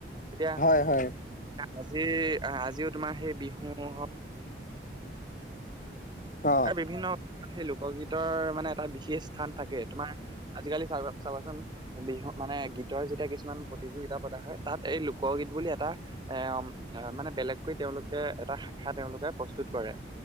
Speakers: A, on the right; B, on the left.
A: এতিয়া
B: হয়, হয়।
A: আজি আজিও তোমাৰ সেই বিহু হ'ওক
B: অ
A: বিভিন্ন সেই লোকগীতৰ মানে এটা বিশেষ স্থান থাকে তোমাৰ আজি কালি চ-চাবাচোন বিহু মানে গীত গীতৰ যেতিয়া কিছুমান প্ৰতিযোগিতা পতা হয়, তাত এই লোকগীত বুলি এটা এ মানে বেলেগকৈ তেওঁলোকে এটা শাখা তেওঁলোকে প্ৰস্তুত কৰে।